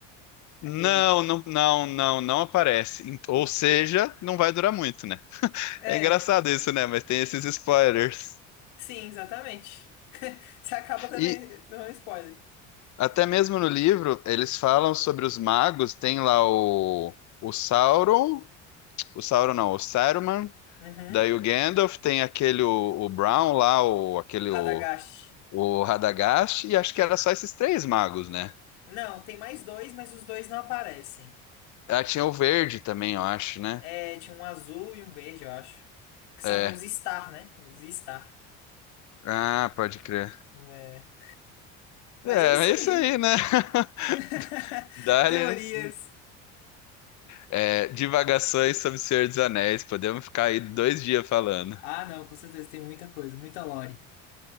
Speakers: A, on the left (about 85°); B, on the left (about 55°).
A: aquele,
B: Não, não, não, não, não aparece. Em- Ou seja, não vai durar muito, né?
A: é,
B: É engraçado isso, né? Mas tem esses spoilers.
A: sim, exatamente. <laughs> Você acaba dando,
B: E
A: dando spoiler.
B: até mesmo no livro, eles falam sobre os magos, tem lá o, o Sauron, o Sauron não, o Saruman,
A: Uhum,
B: daí o Gandalf, tem aquele o, o Brown lá, o, aquele
A: Radagast.
B: o Radagast e acho que era só esses três magos, né?
A: Não, tem mais dois, mas os dois não aparecem.
B: Ah, tinha o verde também, eu acho, né?
A: É, tinha um azul e um verde, eu acho. Que são
B: É.
A: os Star, né? Os Star.
B: Ah, pode crer.
A: É. Mas
B: É,
A: é isso
B: é isso
A: aí.
B: aí, né?
A: <laughs>
B: <laughs> Dálias,
A: Teorias.
B: é, é, divagações sobre o Senhor dos Anéis. Podemos ficar aí dois dias falando.
A: Ah, não, com certeza, tem muita coisa, muita lore.